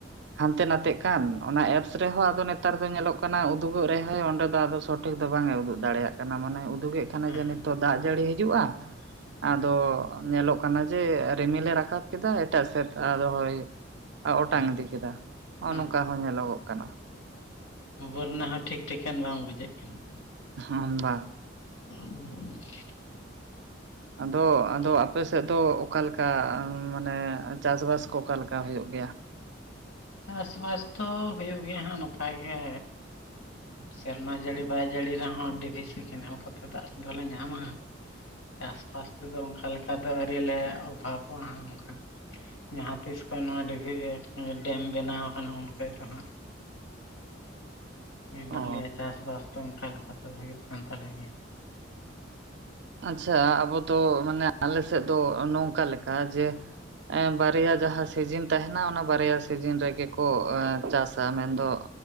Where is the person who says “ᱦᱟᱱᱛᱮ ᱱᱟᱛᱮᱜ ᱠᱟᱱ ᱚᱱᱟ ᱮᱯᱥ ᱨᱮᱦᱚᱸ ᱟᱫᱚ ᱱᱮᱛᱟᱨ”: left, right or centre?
Right